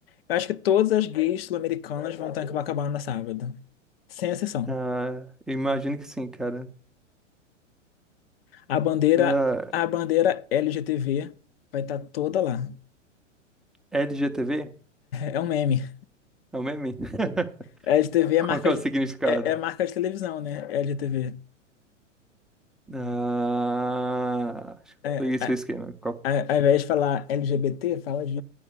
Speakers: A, on the left; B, in the centre.
A: Eu acho que todas as gays sul-americanas vão estar em Copacabana sábado. Sem exceção.
B: ah, eu imagino que sim, cara.
A: A bandeira,
B: Ah,
A: a bandeira LGTV vai estar toda lá.
B: LGTV?
A: É um meme.
B: É o meme? <laughs>
A: LGTV é
B: Qual
A: marca
B: que é o
A: de,
B: significado?
A: é, é marca de televisão, né? LGTV.
B: Ah, acho que eu
A: É,
B: peguei seu
A: a-
B: esquema. Qual-
A: a- ao invés de falar LGBT, fala de